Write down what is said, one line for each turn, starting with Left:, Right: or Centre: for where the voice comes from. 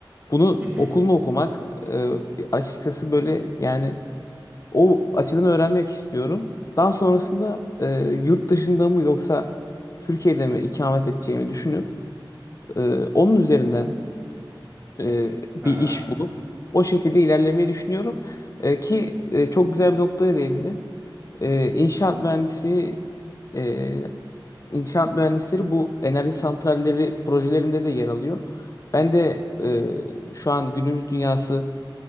Left: Bunu
Right: Hı hı.
Left: okulunu okumak e, açıkçası böyle yani O açıdan öğrenmek istiyorum. Daha sonrasında e, yurt dışında mı yoksa Türkiye'de mi ikamet edeceğimi düşünüp e, onun üzerinden e, bir
Right: Hı hı,
Left: iş bulup o şekilde ilerlemeyi düşünüyorum. E, ki e, çok güzel bir noktaya değindin. E, inşaat mühendisi e, İnşaat mühendisleri bu enerji santralleri projelerinde de yer alıyor. Ben de e, şu an günümüz dünyası